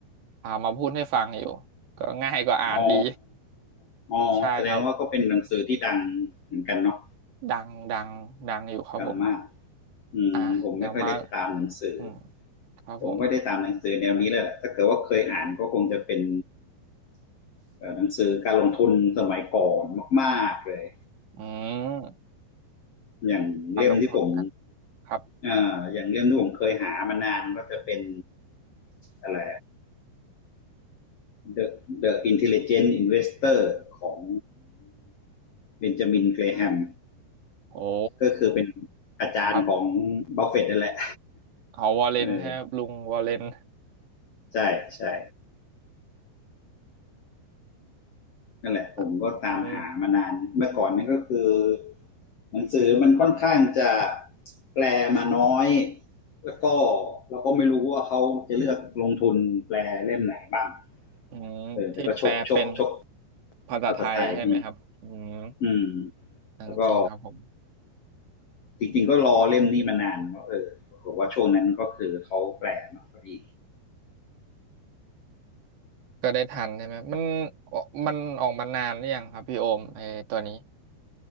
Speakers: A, on the right; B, on the left.
A: พามาพูดให้ฟังอยู่ก็ง่ายกว่าอ่านดี
B: อ๋ออ๋อแสดงว่าก็เป็นหนังสือที่ดัง
A: ใช่ครับ
B: เหมือนกันเนาะ
A: ดังดังดังอยู่ครับผม
B: ดังมากอืมผมไม่ค่อยได้ตามหนังสือ
A: อ่ะเดี๋ยวมาอืมครับผม
B: ผมไม่ได้ตามหนังสือแนวนี้เลยถ้าเกิดว่าเคยอ่านก็คงจะเป็นเอ่อหนังสือการลงทุนสมัยก่อนมากๆเลย
A: อืม
B: อย่างเล่มที่ผม
A: การลงโทษนกันครับ
B: เอ่ออย่างเล่มที่ผมเคยหามานานก็จะเป็นอะไร The The Intelligent Investor ของเบนจามินเกรแฮม
A: โอ้
B: ก็คือเป็นอาจารย์ของ
A: ครับ
B: บัฟเฟตต์นั่นแหละ
A: เอาวอลเลนครับลุงวอลเลน
B: เออใช่ใช่นั่นแหละผมก็ตามหามานานเมื่อก่อนนี่ก็คือ
A: ครับอืม
B: หนังสือมันค่อนข้างจะแปลมาน้อยแล้วก็เราก็ไม่รู้ว่าเขาจะเลือกลงทุนแปลเล่มไหนบ้าง
A: อืมที่แปลเป็น
B: เออแต่ก็ชกชกชก
A: ภาษาไทยใช่ไหมครับอืม
B: ภาษาไทยอืมอืม
A: จริงๆครับผม
B: แล้วก็ จริงๆก็รอเล่มนี้มานานก็เออผมว่าช่วงนั้นก็คือเขาแปลมาพอดี
A: ก็ได้ทันใช่ไหมมันออกมันออกมานานหรือยังครับพี่โอมไอ้ตัวนี้